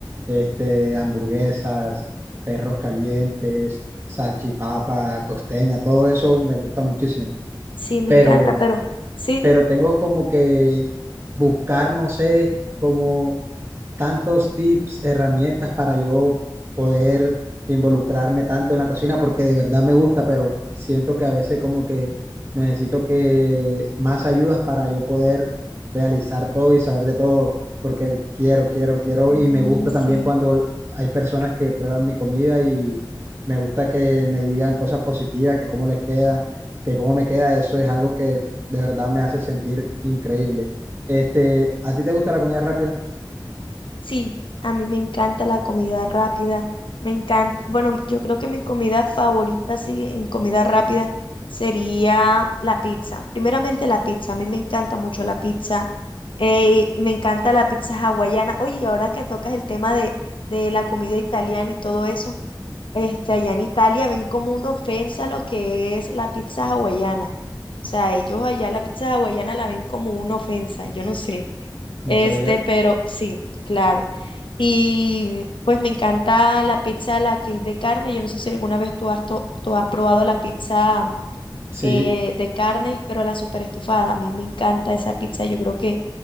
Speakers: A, on the right; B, on the left.
A: este, hamburguesas, perros calientes, salchipapa, costeña, todo eso me gusta muchísimo.
B: Sí, me
A: Pero
B: encanta, pero sí, dime.
A: pero tengo como que buscar, no sé, como tantos tips, herramientas para yo poder involucrarme tanto en la cocina, porque de verdad me gusta, pero siento que a veces como que necesito que más ayudas para yo poder realizar todo y saber de todo, porque quiero, quiero, quiero,
B: Mm,
A: y me gusta
B: sí.
A: también cuando hay personas que prueban mi comida y me gusta que me digan cosas positivas, que cómo les queda, que cómo me queda, eso es algo que de verdad me hace sentir increíble. Este, ¿a ti te gusta la comida rápida?
B: Sí, a mí me encanta la comida rápida, me encanta, bueno, yo creo que mi comida favorita, sí, en comida rápida sería la pizza. Primeramente la pizza, a mí me encanta mucho la pizza, eh, me encanta la pizza hawaiana. Oye, y ahora que tocas el tema de, de la comida italiana y todo eso, este, allá en Italia ven como una ofensa lo que es la pizza hawaiana. O sea, ellos allá la pizza hawaiana la ven como una ofensa, yo no sé.
A: No
B: Este,
A: sabía.
B: pero sí, claro. Y pues me encanta la pizza, la que es de carne. Yo no sé si alguna vez tú has, to- tú has probado la pizza
A: Sí.
B: eh, de carne, pero la super estufada. A mí me encanta esa pizza. Yo creo que